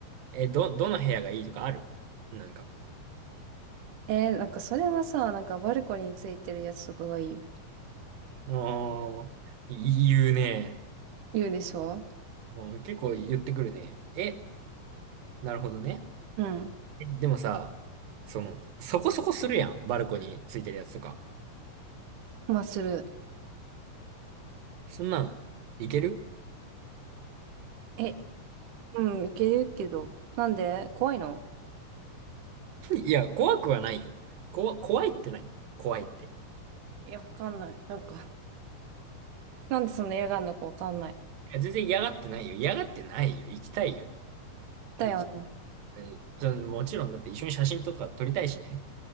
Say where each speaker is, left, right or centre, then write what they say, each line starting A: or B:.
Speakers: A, on the right; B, on the right.
A: えーど、どの部屋がいいとかあるなんか。
B: えー、なんかそれはさ、なんかバルコニーについてるやつとかがいいよ。
A: あー、い言うね。
B: 言うでしょ
A: もう結構言ってくるね。え、なるほどね。
B: うん。
A: えでもさ、その、そこそこするやん。バルコニーついてるやつとか。
B: まあする。
A: そんなん、いける
B: え、うん、いけるけど。なんで怖いの
A: いや、怖くはないよ。こわ、怖いって何怖いって。い
B: いや、わかんない。なんかなんでそんな嫌がんのかわかんない。
A: や、全然嫌がってないよ。嫌がってないよ。行きたいよ。
B: だよね。
A: 行き、えーそのもちろんだって一緒に写真とか撮りたいしね。